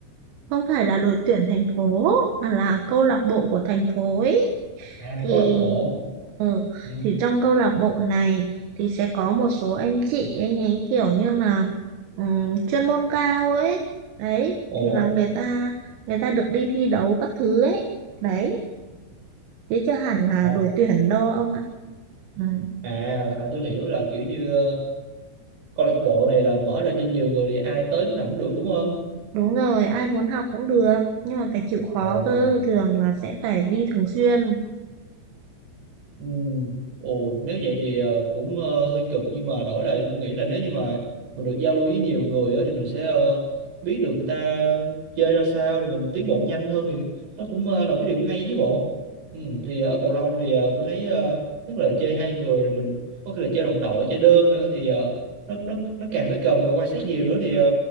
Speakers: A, on the right; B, on the right.
A: không phải là đội tuyển thành phố mà là câu lạc bộ của thành phố ấy
B: à
A: thì
B: có lạc bộ
A: ừ,
B: ừ.
A: thì trong câu lạc bộ này thì sẽ có một số anh chị anh ấy kiểu như là ừm, chuyên môn cao ấy đấy
B: ồ
A: thì là người ta người ta được đi thi đấu các thứ ấy đấy chứ chưa hẳn là
B: ồ.
A: đội tuyển đâu ông ạ Ừ.
B: À, à tôi hiểu là kiểu như ờ, câu lạc bộ này là mở ra cho nhiều người thì ai tới lúc nào cũng được đúng không?
A: Đúng rồi, ai muốn học cũng được, nhưng mà phải chịu khó
B: Ồ.
A: cơ, thường là sẽ phải đi thường xuyên.
B: Ừ. Ồ, nếu vậy thì ờ, cũng ờ, hơi cực nhưng mà đổi lại tôi nghĩ là nếu như mà mình được giao lưu với nhiều người á, thì mình sẽ ờ, biết được người ta chơi ra sao thì mình tiến bộ nhanh hơn thì nó cũng ờ, là một cái điều hay với bộ. Ừ, thì ở cầu lông thì ờ, tôi thấy ờ, nhất là chơi hai người rồi mình có khi là chơi đồng đội chơi đơn nữa thì ờ, nó nó nó càng phải cần quan sát nhiều nữa thì ờ,